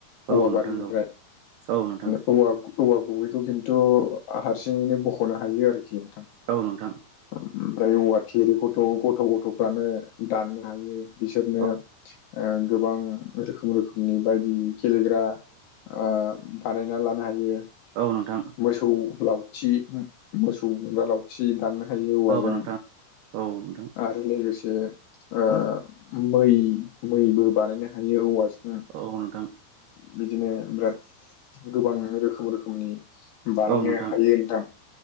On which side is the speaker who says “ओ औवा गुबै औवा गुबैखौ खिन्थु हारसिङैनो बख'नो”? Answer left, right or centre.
Left